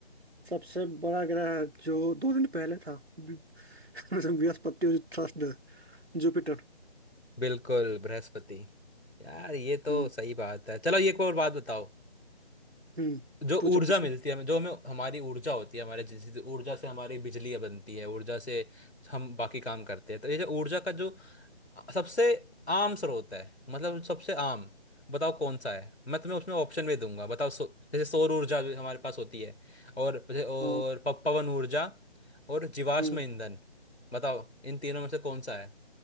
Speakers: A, on the right; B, on the left.
A: सबसे बड़ा ग्रह जो दो दिन पहले था बृ- <laughs> बृहस्पति और थर्सडे जुपिटर
B: बिल्कुल बृहस्पति यार ये तो
A: हम्म
B: सही बात है चलो ये एक और बात बताओ
A: हम्म
B: जो
A: पूछो
B: ऊर्जा
A: पूछो
B: मिलती है हमें जो हमें हमारी ऊर्जा होती है हमारे जिस ऊर्जा से हमारी बिजली बनती है ऊर्जा से हम बाकी काम करते हैं तो ये जो ऊर्जा का जो सबसे आम स्रोत है मतलब सबसे आम बताओ कौन सा है मैं तुम्हें उसमें ऑप्शन भी दूंगा बताओ सो, जैसे सौर ऊर्जा भी हमारे पास होती है और और
A: हाँ,
B: प- पवन ऊर्जा और जीवाश्म
A: हम्म
B: ईंधन बताओ इन तीनों में से कौन सा है